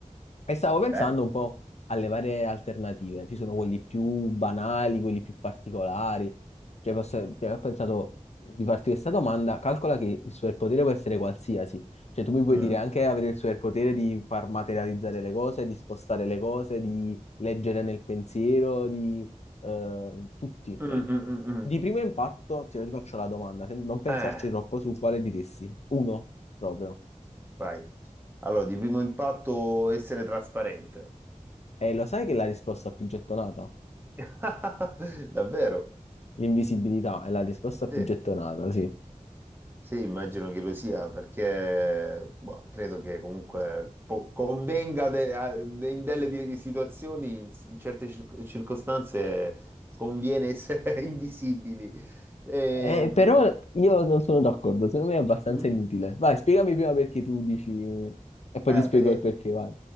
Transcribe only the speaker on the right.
Bello.
Mm.
Mm,
mm, mm, mm.
Eh,
vai. Allora, di primo impatto essere trasparente.
<laughs> Davvero?
Sì.
Sì, immagino che lo sia, perché boh, credo che comunque po- convenga de- a- in delle di- situazioni, in, s- in certe cir- circostanze, conviene essere <laughs> invisibili. Ehm,
mm?
Eh,
beh,